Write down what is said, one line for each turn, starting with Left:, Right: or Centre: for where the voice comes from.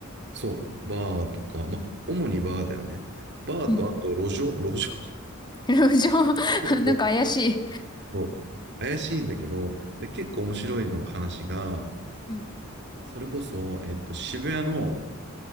Right: そう、バーとか、まあ、主にバーだよね。バーとあと路上、
Left: うん、
Right: 路上。<laughs>
Left: <laughs> 路上
Right: 結構
Left: なんか怪しい。
Right: そう怪しいんだけど、で、結構面白いの話が、
Left: うん、
Right: それこそ、えっと、渋谷の